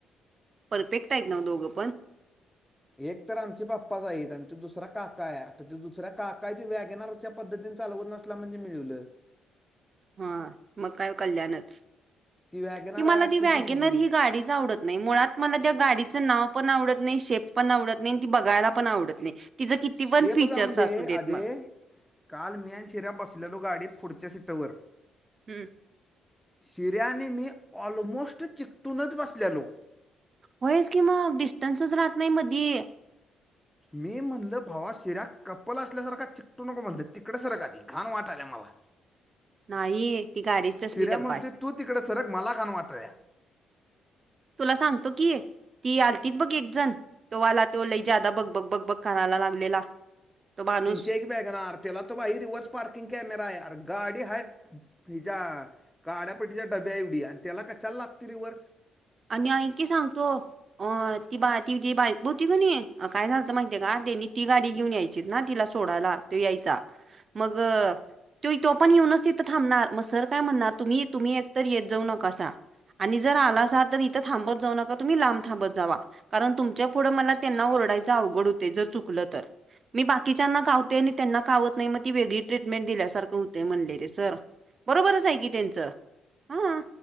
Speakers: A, on the right; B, in the centre.
A: परफेक्ट आहेत नवं दोघं पण?
B: एक तर आमचे पप्पाच आहेत आणि तो दुसरा काका आहे. आता ते दुसऱ्या काका ते वॅगेनार त्या पद्धतीन चालवत नसला म्हणजे मिळीवलं.
A: हा मग काय कल्याणच.
B: ती वॅगनार
A: कि मला
B: आहे आठशे
A: ती वॅगेनर
B: सीसीची
A: ही गाडीच आवडत नाही. मुळात मला त्या गाडीचं नाव पण आवडत नाही, शेप पण आवडत नाही, ती बघायला पण आवडत नाही. तिचं किती
B: शेफ
A: पण फीचर्स
B: जाऊन दे.
A: असू देत
B: आदे
A: मग.
B: काल मि आणि शिऱ्या बसलेलो गाडीत पुढच्या सीटंवर
A: हम्म.
B: शिऱ्या आणि मी ऑलमोस्ट चिकटूनच बसल्यालो.
A: होयच की मग, डिस्टन्सच राहतं नाही मधी
B: मी म्हणलं भावा शिऱ्या कपल असल्यासारखा चिकटू नको. म्हणलं तिकडं सरक आधी घाण वाटाल्या मला.
A: नाही ती गाडीच तसली
B: शिऱ्या
A: डब्बा
B: म्हणतोय
A: आहे.
B: तू तिकडे सरक मला काण वाटाल्या.
A: तुला सांगतो की ती आलतीत बघ एक जण तो आला तो लय जादा बग-बग-बग-बग कराला लागलेला तो माणूस
B: तेची आहे की व्यागनार. त्याला तो भाई रिव्हर्स पार्किंग कॅमेरा आहे. आर गाडी हाय हिच्या काड्यापट्टीच्या डब्या एवढी आणि त्याला कशाला लागतोय रिवर्स?
A: आणि आईकी सांगतो. अ-ती-बा-ती-ती बाय बोवती का नाही काय झालतं माहिती आहे का त्यांनी ती गाडी घेऊन यायचीच ना तिला सोडायला तो यायचा मग तोय तो पण येऊनच तिथं थांबणार, मग सर काय म्हणणार तुम्ही-तुम्ही एकतर येत जाऊ नकासा आणि जर आलासा तर इथं थांबत जाऊ नका, तुम्ही लांब थांबत जावा. कारण तुमच्या पुढं मला त्यांना ओरडायचं अवघड होतय जर चुकलं तर मी बाकीच्यांना कावतय आणि त्यांना कावत नाही मग ती वेगळी ट्रीटमेंट दिल्यासारखं होते म्हणले रे सर. बरोबरच आहे की त्यांच हा.